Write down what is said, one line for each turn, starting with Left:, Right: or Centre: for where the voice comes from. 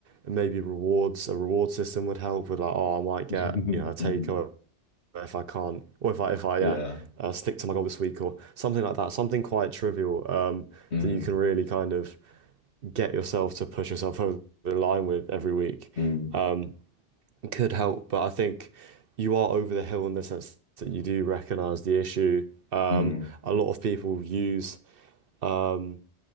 Right: and maybe rewards, a reward system would help with like, oh, I might get,
Left: <laughs>
Right: you know, a takeaway
Left: Mm,
Right: if I can't, or if I if I
Left: Yeah.
Right: yeah, uh, stick to my goal this week or something like that, something quite trivial, um,
Left: Mm,
Right: that you can really kind of get yourself to push yourself over the line with every week
Left: mm,
Right: um, could help. But I think you are over the hill in the sense that you do recognize the issue. Um,
Left: mm,
Right: a lot of people use, um,